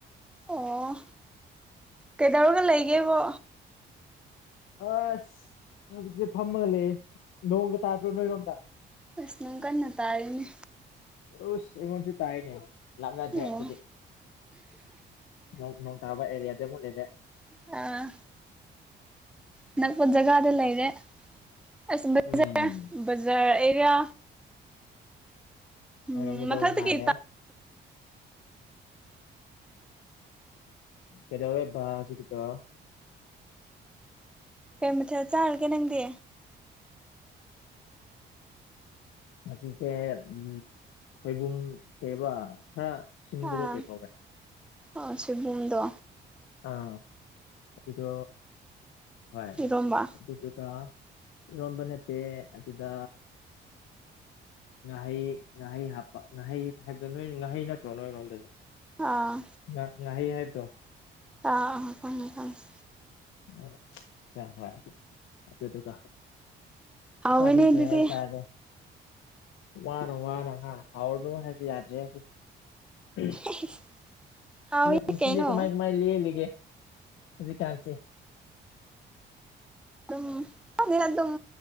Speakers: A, in the centre; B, on the left.
A: ꯑꯣ ꯀꯩꯗꯧꯔꯒ ꯂꯩꯒꯦꯕꯣ
B: ꯑꯁ ꯅꯨꯡꯗꯤꯜ ꯐꯝꯃꯒ ꯂꯩꯑꯦ ꯅꯣꯡꯒ ꯇꯥꯗ꯭ꯔꯣ ꯅꯣꯢꯔꯣꯝꯗ
A: ꯑꯁ ꯅꯣꯡ ꯀꯟꯅ ꯇꯥꯔꯤꯅꯦ
B: ꯑꯨꯁ ꯑꯩꯉꯣꯟꯁꯨ ꯇꯥꯢꯅꯦ ꯂꯥꯞꯅꯗ꯭ꯔꯦ
A: ꯑꯣ
B: ꯑꯗꯨꯗꯤ ꯅꯣꯡ ꯅꯣꯡ ꯇꯥꯕ ꯑꯦꯔꯤꯌꯥꯗ ꯑꯃꯨꯛ ꯂꯩꯔꯦ
A: ꯑꯥ ꯑꯥꯅꯛꯄ ꯖꯒꯥꯗ ꯂꯩꯔꯦ ꯑꯁ ꯕꯖꯥ
B: ꯎꯝ
A: ꯕꯖꯥꯔ ꯑꯦꯔꯤꯌꯥ ꯎꯝ
B: ꯑꯣꯢꯔꯝꯒꯗꯧꯕ
A: ꯃꯊꯛꯇ
B: ꯃꯥꯜꯂꯦ
A: ꯀꯩ
B: ꯀꯩꯗꯧꯔꯦ ꯕꯥ ꯍꯧꯖꯤꯛꯀꯤꯗꯣ
A: ꯀꯩ ꯃꯊꯦꯜ ꯆꯥꯔꯒꯦ ꯅꯪꯗꯤ
B: ꯃꯁꯤꯁꯦ ꯎꯝ ꯁꯣꯢꯕꯨꯝ ꯀꯩꯕ ꯈꯔ ꯁꯤꯟꯕꯗꯣ
A: ꯑꯥ
B: ꯀꯩ ꯀꯧꯕ꯭ꯔꯦ
A: ꯑꯣ ꯁꯣꯢꯕꯨꯝꯗꯣ
B: ꯑꯥ ꯑꯗꯨꯗꯣ ꯍꯣꯢ
A: ꯏꯔꯣꯝꯕ
B: ꯑꯗꯨꯗꯨꯒ ꯏꯔꯣꯝꯕ ꯅꯠꯇꯦ ꯑꯗꯨꯗꯥ ꯉꯥꯍꯩ ꯉꯥꯍꯩ ꯍꯥꯞꯄ ꯉꯥꯍꯩ ꯍꯥꯢꯕꯗꯣ ꯅꯣꯢ ꯉꯥꯍꯩ ꯆꯠꯇ꯭ꯔꯣ ꯅꯣꯢꯉꯣꯟꯝꯗꯖꯨ
A: ꯑꯥ
B: ꯉꯥ ꯉꯥꯍꯩ ꯍꯥꯢꯕꯗꯣ
A: ꯑꯥ ꯑꯥ ꯈꯪꯉꯦ ꯈꯪꯉꯦ
B: <unintelligible> ꯏꯆꯥ ꯍꯣꯢ ꯑꯗꯨꯗꯨꯒ
A: ꯍꯥꯎꯋꯦꯅꯦ
B: ꯆꯥꯕꯤꯈ꯭ꯔꯦ
A: ꯑꯗꯨꯗꯤ
B: ꯍꯥꯏꯕ ꯇꯥꯔꯦ ꯋꯥꯅ ꯋꯥꯅ ꯍꯥ ꯍꯥꯎꯔꯅꯨ ꯍꯥꯏꯔꯁꯨ ꯌꯥꯗ꯭ꯔꯦ ꯍꯧꯖꯤꯛ
A: <unintelligible> ꯍꯥꯎꯋꯤ
B: ꯄꯨꯟꯁꯤꯖꯦ
A: ꯀꯩꯅꯣ
B: ꯀꯃꯥꯏ ꯀꯃꯥꯏ ꯂꯦꯜꯂꯤꯒꯦ ꯍꯧꯖꯤꯛꯀꯥꯟꯁꯦ
A: ꯑꯗꯨꯝ ꯈꯪꯗꯦꯗ ꯑꯗꯨꯝ